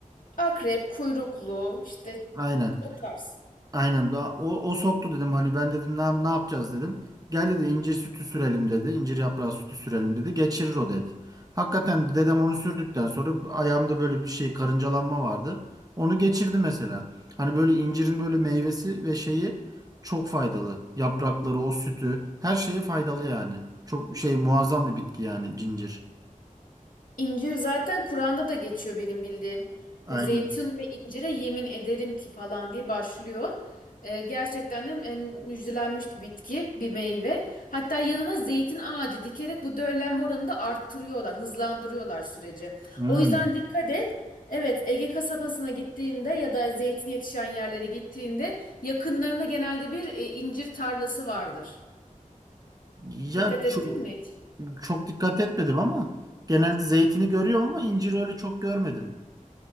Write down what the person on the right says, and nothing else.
Aynen.
Aynen da- o, o soktu dedim hani ben dedim ne, ne yapacağız dedim. Gel dedi incir sütü sürelim dedi. İncir yaprağı sütü sürelim dedi. Geçirir o dedi. Hakikaten dedem onu sürdükten sonra ayağımda böyle bir şey karıncalanma vardı. Onu geçirdi mesela. Hani böyle incirin böyle meyvesi ve şeyi çok faydalı. Yaprakları, o sütü her şeye faydalı yani. Çok şey muazzam bir bitki yani cincir.
Aynen.
Hmm.
Ya
ço-
çok dikkat etmedim ama genelde zeytini görüyorum ama incir öyle çok görmedim.